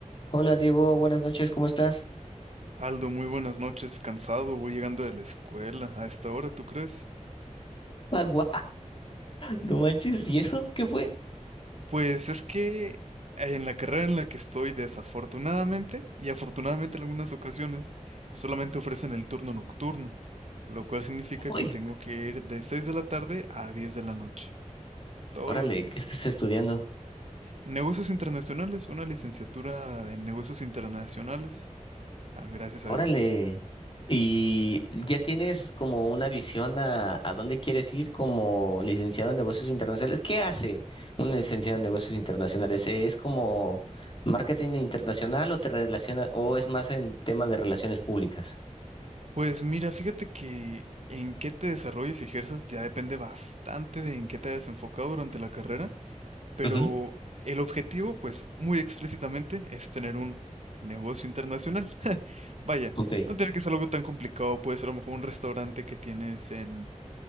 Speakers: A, on the left; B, on the right.
A: Hola Diego, buenas noches, ¿cómo estás?
B: Aldo, muy buenas noches, cansado, voy llegando de la escuela a esta hora, ¿tú crees?
A: Agua, no manches, ¿y eso qué fue?
B: Pues es que en la carrera en la que estoy, desafortunadamente y afortunadamente en algunas ocasiones, solamente ofrecen el turno nocturno, lo cual significa
A: Uy,
B: que tengo que ir de 6 de la tarde a 10 de la noche, todos
A: órale,
B: los días.
A: ¿qué estás estudiando?
B: Negocios internacionales, una licenciatura en negocios internacionales, ah, gracias
A: Órale.
B: a Dios.
A: ¿Y ya tienes como una visión a, a dónde quieres ir como licenciado en negocios internacionales? ¿Qué hace un licenciado en negocios internacionales? ¿Es como marketing internacional o te relaciona o es más en temas de relaciones públicas?
B: Pues mira, fíjate que en qué te desarrolles y ejerzas ya depende bastante de en qué te hayas enfocado durante la carrera, pero
A: Ujú.
B: el objetivo, pues muy explícitamente, es tener un negocio internacional. <laughs> Vaya,
A: Ok,
B: no tiene que ser algo tan complicado, puede ser a lo mejor un restaurante que tienes en